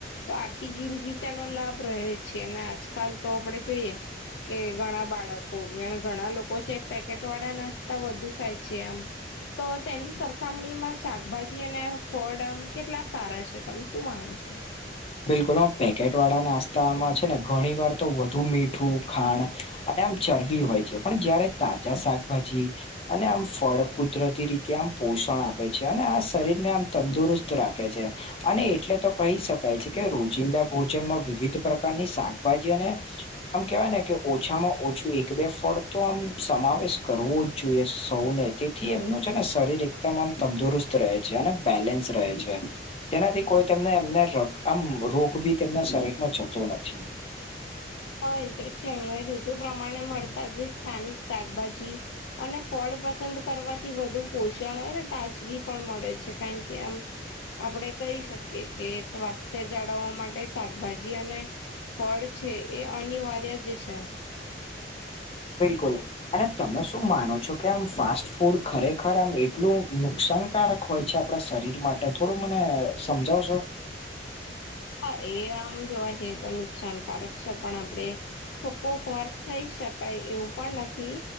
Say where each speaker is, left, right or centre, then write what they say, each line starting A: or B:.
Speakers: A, on the left; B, on the left.
A: તો આખી જિંદગી તેનો લાભ રહે છે અને આજકાલ તો આપડે જોઈએ કે ઘણા બાળકો એ ઘણા લોકો છે પેકેટ વાળા ના વધુ ખાય છે એમ તો તેની સરખામણીમાં શાકભાજી અને ફળડાામ કેટલા સારા છે તમે શું માનો છો
B: બિલકુલ પેકેટ વાળા નાસ્તામાં છે ને ઘણી વાર તો વધુ મીઠું ખાણ અને આમ ચરબી હોય છે પણ જયારે તાજા શાકભાજી અને આમ ફળ કુદરતી રીતે આમ પોષણ આપે છે અને આ શરીર ને આમ તંદુરસ્ત રાખે છે અને એટલે તો કહી શકાય છે કે રોજિંદા ભોજનમાં વિવિધ પ્રકારની શાકભાજી અને આમ કેવાય ને કે ઓછામાં ઓછું એક બે ફળ તો આમ સમાવેશ કરવો જ જોઈએ સૌને તેથી એમનું છે ને શરીર એકદમ આમ તંદુરસ્ત રહે છે અને બેલેન્સ રહે છે જેનાથી કોઈ તેમને એમને આમ રોગ બી તેમના શરીરમાં જતો નથી
A: હ એ તો છે ઋતુ પ્રમાણે મળતા જે સ્થાનિક શાકભાજી અને ફળ પસંદ કરવાથી વધુ પોષણ હોય તાજગી પણ મળે છે કારણ કે આમ આપડે કહી શકીએ કે સ્વાસ્થ્ય જાળવવા માટે શાકભાજી અને ફળ છે એ અનિવાર્ય જે છે
B: બિલકુલ અને તમે શું માનો છો કે આમ ફાસ્ટ ફૂડ ખરેખર આમ એટલું નુકસાનકારક હોય છે આપણા શરીર માટે થોડું મને સમજાવશો
A: હા એ આમ જોવા જઈએ તો નુકસાનકારક છે પણ આપણે ચકોક વાર ખઈ શકાય એવું પણ નથી